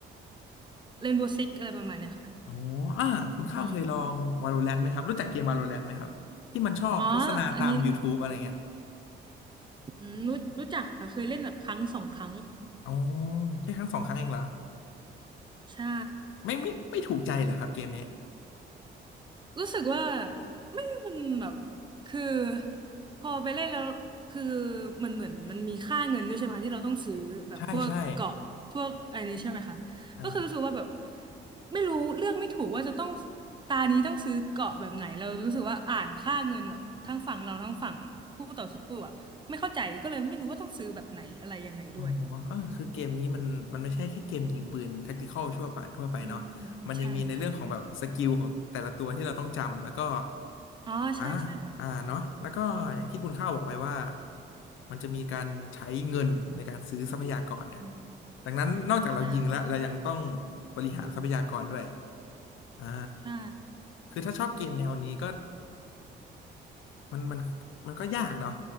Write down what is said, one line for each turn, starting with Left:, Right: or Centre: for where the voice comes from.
Right: เรนโบว์ซิกอะไรประมาณเนี้ยค่ะ
Left: อ๋ออ่าคุณข้าวเคยลอง
Right: อืม
Left: Valorant ไหมครับรู้จักเกม Valorant ไหมครับที่มันชอบโฆษณาตาม
Right: อ๋ออันนี้
Left: YouTube อะไรเงี้ย
Right: อืมรู้รู้จักค่ะเคยเล่นแบบครั้งสองครั้ง
Left: อ๋อแค่ครั้งสองครั้งเองเหรอ
Right: ใช่
Left: ไม่ไม่ไม่ถูกใจเหรอครับเกมนี้
Right: รู้สึกว่าไม่มันแบบคือพอไปเล่นแล้วคือเหมือนเหมือนมันมีค่าเงินด้วยใช่ไหมคะที่เราต้องซื้อแบบพวกเกาะพวกอะไรนี้ใช่ไหมคะก็คือรู้สึกว่าแบบ
Left: ใช่ใช่อ่า
Right: ไม่รู้เลือกไม่ถูกว่าจะต้องตานี้ต้องซื้อเกาะแบบไหนเรารู้สึกว่าอ่านค่าเงินแบบทั้งฝั่งเราทั้งฝั่งคู่ต่อสู้อะไม่เข้าใจก็เลยไม่รู้ว่าต้องซื้อแบบไหนอะไรยังไงด้วย
Left: อ๋อเออคือเกมนี้มันมันไม่ใช่แค่เกมยิงปืนแท็กติคอลทั่วไปทั่วไปเนาะมันยังมีในเรื่องของแบบสกิลของแต่ละตัวที่เราต้องจำแล้วก็
Right: อืมใช่ใช่ใช่อ๋อใช่ใช่ค่ะ
Left: อ่าอ่าเนาะแล้วก็อย่างที่คุณข้าวบอกไปว่ามันจะมีการใช้เงินในการซื้อทรัพยากรเนี่ย
Right: อืม
Left: ดังนั้นนอกจากเรายิงแล้วเรายังต้อง
Right: ใช่
Left: บริหารทรัพยากรด้วยอ่า
Right: ใช่
Left: คือถ้าชอบเกมแนวนี้ก็ มันมันมันก็ยากเนาะ